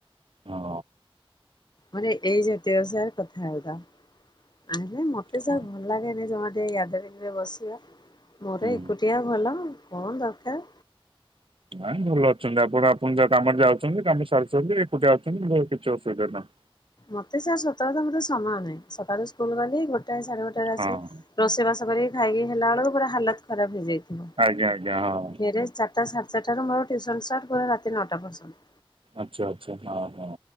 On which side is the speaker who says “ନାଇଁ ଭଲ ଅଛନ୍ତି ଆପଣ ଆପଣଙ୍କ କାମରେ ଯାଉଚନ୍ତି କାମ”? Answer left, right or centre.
Right